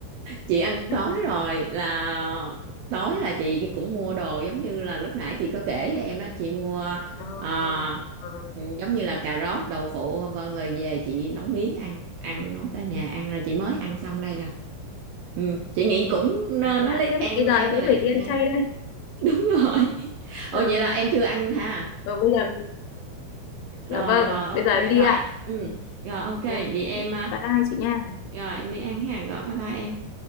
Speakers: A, on the right (about 80°); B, on the left (about 85°).
A: chị ăn tối
B: <laughs>
A: rồi là tối là chị cũng mua đồ giống như là lúc nãy chị có kể với em đó chị mua
B: Ờ,
A: ờ,
B: ờ, ờ.
A: giống như là cà rốt đậu phụ vân vân rồi về chị nấu miếng ăn ăn nấu tại nhà ăn rồi chị mới ăn xong đây nè ừ, chị nghĩ cũng nên
B: à, thế
A: nó
B: ạ
A: lấy
B: thế
A: em
B: bây giờ
A: em
B: em
A: có
B: cũng
A: thể
B: phải
A: ăn
B: đi
A: chay
B: ăn chay đây
A: <laughs> đúng rồi ồ
B: Dạ
A: vậy
B: vâng.
A: là em chưa ăn ha
B: Vâng, bây giờ dạ
A: rồi
B: vâng,
A: rồi ok
B: bây giờ em đi
A: rồi
B: ạ.
A: ừ rồi ok vậy
B: Ừ,
A: em à,
B: Bye hai chị nha.
A: rồi em đi ăn ha rồi bye bye em